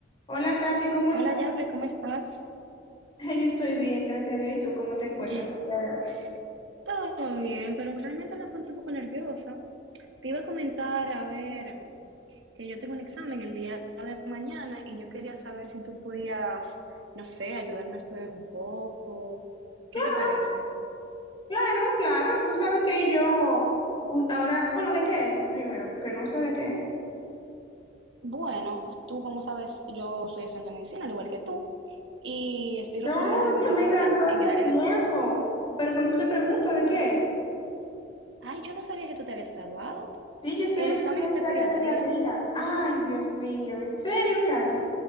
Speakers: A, on the left; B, on the right.
A: Hola Katy, ¿cómo
B: Hola,
A: estás?
B: Jafre, ¿cómo estás?
A: <laughs> Yo estoy bien, gracias a Dios. ¿Y tú cómo te encuentras
B: <laughs>
A: el día de hoy?
B: Todo bien, pero realmente me encuentro un poco nerviosa. Te iba a comentar, a ver, que yo tengo un examen el día de mañana y yo quería saber si tú podías, no sé, ayudarme a estudiar un poco. ¿Qué
A: Claro,
B: te parece?
A: claro, claro. Tú sabes que yo u- ahora, bueno, ¿de qué es primero? Porque no sé de qué. es.
B: Bueno, tú como sabes, yo soy estudiante de medicina, al igual que tú, y estoy
A: No,
B: rotando en el Robert
A: yo
B: Rick
A: me
B: Cabral,
A: gradué
B: en
A: hace
B: el área
A: tiempo,
B: de... pe-
A: pero por eso te pregunto, ¿de qué es?
B: Ay, yo no sabía que tú te habías graduado.
A: Sí, yo estoy
B: El
A: en
B: examen
A: residencia
B: es de pediatría,
A: de pediatría. Ay, Dios mío, ¿en serio, Katy?